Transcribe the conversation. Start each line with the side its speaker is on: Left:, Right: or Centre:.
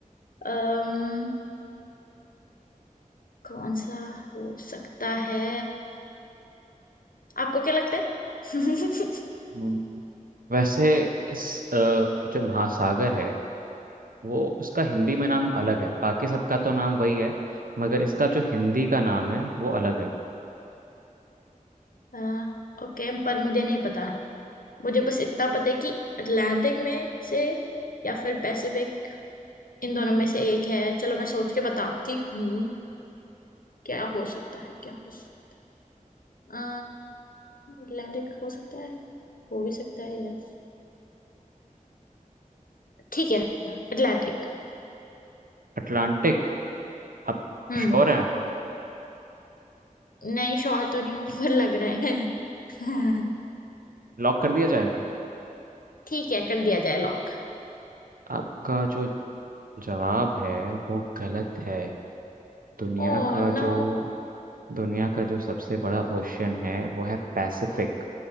Left: अम्म कौन सा हो सकता है आपको क्या लगता है <laughs>
Right: हम्म, वैसे इस अ, जो महासागर है वो उसका हिंदी में नाम अलग है बाकी सबका तो नाम वही है मगर इसका जो हिंदी का नाम है वो अलग है
Left: हाँ ओके पर मुझे नहीं पता मुझे बस इतना पता है कि अटलांटिक में से या फिर पैसिफिक इन दोनों में से एक है चलो मैं सोच के बताती हूँ क्या हो सकता है क्या हो सकता है अटलांटिक हो सकता है हो भी सकता है यस ठीक है अटलांटिक
Right: अटलांटिक आप
Left: हम्म
Right: श्योर हैं
Left: नहीं श्योर तो नहीं हूँ पर लग रहा है <laughs>
Right: लॉक कर दिया जाए
Left: ठीक है कर दिया जाए लॉक
Right: आपका जो जवाब है वो गलत है दुनिया
Left: Oh
Right: का
Left: no
Right: जो दुनिया का जो सबसे बड़ा ओशियन है वो है पैसिफिक